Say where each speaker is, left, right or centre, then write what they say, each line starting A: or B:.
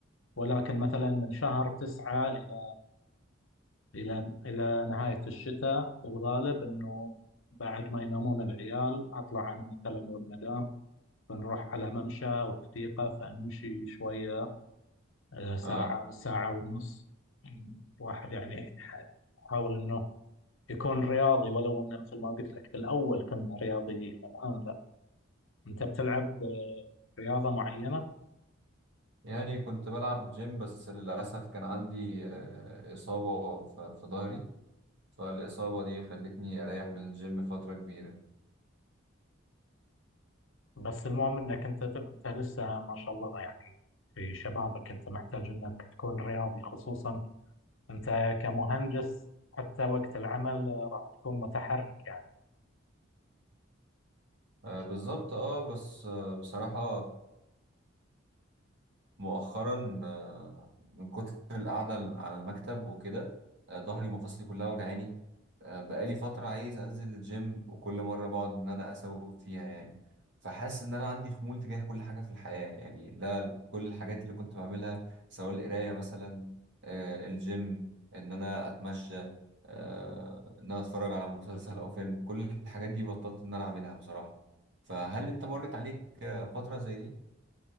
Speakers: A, on the left; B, on the right.
A: ولكن مثلا من شهر تسعة إلى إلى إلى نهاية الشتاء بالغالب إنه بعد ما ينامون العيال أطلع أنا مثلا والمدام بنروح على ممشى أو حديقة فنمشي شوية آه، ساعة
B: اه
A: ساعة ونص الواحد يعني يحاول إنه يكون رياضي ولو انه مثل ما قلت لك بالاول كنا رياضيين الان لا انت بتلعب آه، رياضه معينه
B: يعني كنت بلعب جيم بس للأسف كان عندي آه، إصابة في في ظهري فالإصابة دي خلتني أريح من الجيم فترة كبيرة
A: بس المهم انك انت تب- انت لسه ما شاء الله يعني في شبابك انت محتاج انك تكون رياضي خصوصا انت كمهندس حتى وقت العمل آه، راح تكون متحرك يعني
B: آه بالظبط اه بس آه بصراحة مؤخرا آه، من كتر القعدة على المكتب وكده آه، ظهري ومفاصلي كلها وجعاني آه، بقالي فترة عايز أنزل الجيم وكل مرة بقعد إن أنا أسوق فيها يعني فحاسس إن أنا عندي خمول تجاه كل حاجة في الحياة يعني لا كل الحاجات اللي كنت بعملها سواء القراية مثلا آه، الجيم إن أنا أتمشى آه، إن أنا أتفرج على مسلسل أو فيلم كل الحاجات دي بطلت إن أنا أعملها بصراحة فهل أنت مرت عليك آه، فترة زي دي؟